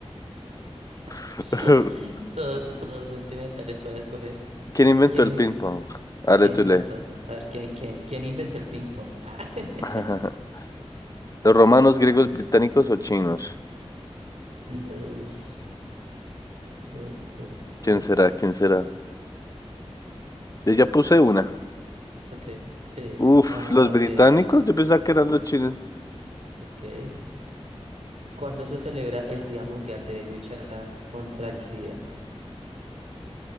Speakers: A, on the right; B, on the left.
A: <laughs>
B: <laughs>
A: Todos, todos sentimentales para escoger.
B: ¿Quién inventó
A: ¿Quién,
B: el
A: inve-
B: ping pong? Ale,
A: quién
B: tú
A: inventó?
B: lee.
A: A ver, ¿quién, quién? ¿Quién inventó el ping pong? Ah, <laughs>
B: <laughs> ¿Los romanos, griegos, británicos o chinos?
A: Los, los, los,
B: ¿Quién
A: los.
B: será? ¿Quién será? Yo ya puse una.
A: ah, ok, sí.
B: Uf,
A: Ah,
B: los británicos,
A: ok.
B: yo pensaba que eran
A: Sí,
B: los chinos.
A: ok. ¿Cuándo se celebra el Día Mundial de Lucha contra el SIDA?